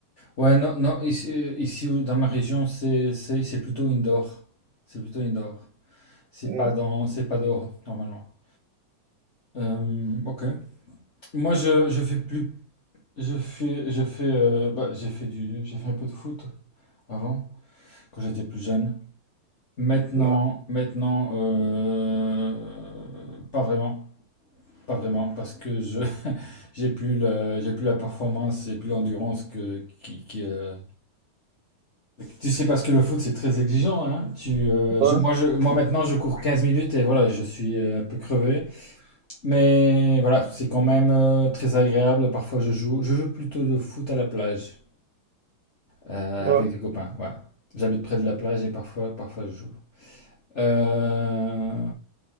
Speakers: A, on the left; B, on the right.
A: Ouais, non, non, ici, euh, ici où- dans ma région, c'est, c'est, c'est plutôt indoor. C'est plutôt indoor. C'est
B: Mm.
A: pas dans, c'est pas dehors, normalement. Euh, ok. Moi, je, je fais plus, je fais, je fais, euh, bah, j'ai fait du, j'ai fait un peu de foot avant, quand j'étais plus jeune. Maintenant,
B: Ouais,
A: maintenant, euh, pas vraiment, pas vraiment, parce que je <laughs> j'ai plus la, j'ai plus la performance, j'ai plus l'endurance que qui, qui, euh. Tu sais parce que le foot c'est très exigeant, hein. Tu, euh,
B: ouais,
A: je- moi je, moi maintenant je cours 15 minutes et voilà, je suis euh, un peu crevé, mais voilà, c'est quand même euh, très agréable. Parfois je joue, je joue plutôt de foot à la plage euh,
B: ouais,
A: avec des copains. Ouais, j'habite près de la plage et parfois, parfois je joue. Euh,